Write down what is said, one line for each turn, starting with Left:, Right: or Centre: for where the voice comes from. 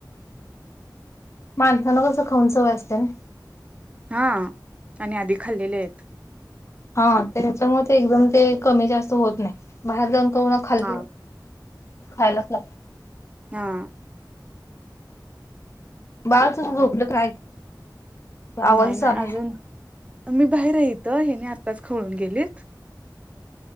Left: माणसाला कस खाऊन सवय असत नई.
Right: हा आणि आधी खाल्लेलेयेत.
Left: हा त्याच्यामुळे ते एकदम ते कमी जास्त होत नई. बाहेर जाऊन तेवा खाल्लेय
Right: हा
Left: खायलाच लागतंय.
Right: हा.
Left: बाळ तुझं झोपल काय? आवाजच
Right: नाही नाही
Left: आला
Right: अजून मी बाहेर ये इत. हेनी आत्ताच खवळून गेलीत.